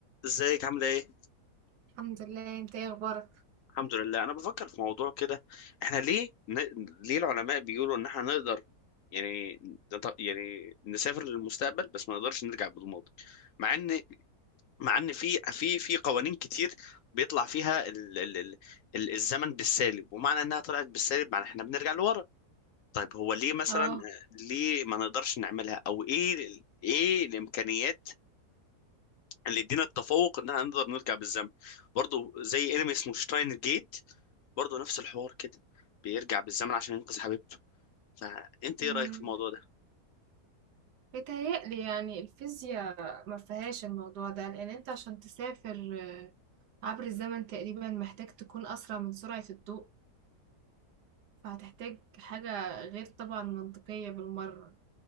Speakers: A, on the left; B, on the right.
A: ازيك عامله ايه
B: الحمد لله انت ايه اخبارك
A: الحمد لله انا بفكر في موضوع كده احنا ليه ن... ليه العلماء بيقولوا ان احنا نقدر يعني نط- يعني نسافر للمستقبل بس ما نقدرش نرجع بالماضي مع ان مع ان في في في قوانين كتير بيطلع فيها ال... ال... ال... ال- الزمن بالسالب ومعنى انها طلعت بالسالب معنى احنا بنرجع لورا طيب هو ليه مثلا
B: اه
A: آه، ليه ما نقدرش نعملها او ايه ال- ايه الامكانيات اللي يدينا التفوق ان احنا نقدر نرجع بالزمن برضه زي انمي اسمه شتاين جيت برضه نفس الحوار كده بيرجع بالزمن عشان ينقذ حبيبته فانت ايه
B: امم
A: رايك في الموضوع ده
B: بيتهيألي يعني الفيزياء ما فيهاش الموضوع ده لان انت عشان تسافر عبر الزمن تقريبا محتاج تكون اسرع من سرعة الضوء فهتحتاج حاجة غير طبعا منطقية بالمرة